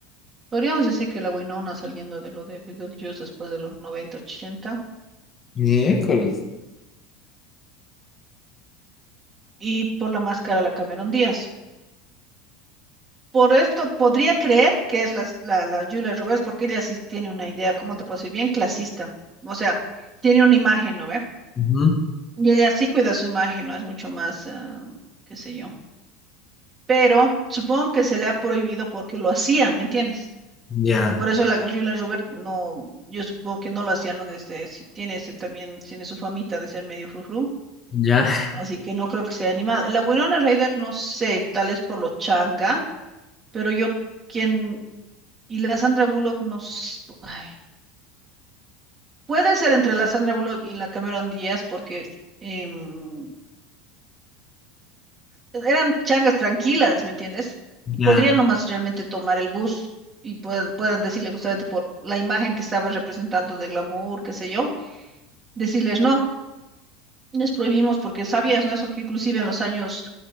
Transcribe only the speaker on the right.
Podríamos decir que la Winona saliendo de lo de Beetlejuice después de los 90 ochenta
Y por la máscara la Cameron Díaz. Por esto podría creer que es la la, la, Julia Roberts, porque ella sí tiene una idea, ¿cómo te puedo decir? Bien clasista. O sea, tiene una imagen, ¿no ve?
Y ella sí cuida su imagen, ¿no? Es mucho más, ah, qué sé yo. Pero supongo que se le ha prohibido porque lo hacía, ¿me entiendes?
Por eso la Julia Roberts no, yo supongo que no lo hacía, ¿no? Desde, si tiene ese también, tiene su famita de ser medio frufru.
Así que no creo que sea animado. La Winona Ryder, no sé, tal vez por lo changa, pero yo, quien Y la Sandra Bullock nos... ay, puede ser entre la Sandra Bullock y la Cameron Díaz porque em, eran changas tranquilas, ¿me entiendes? Y
Podrían nomás realmente tomar el bus y puedan, puedan decirle justamente por la imagen que estaba representando de glamour, qué sé yo, decirles no, les prohibimos porque sabías, ¿no? Eso que inclusive en los años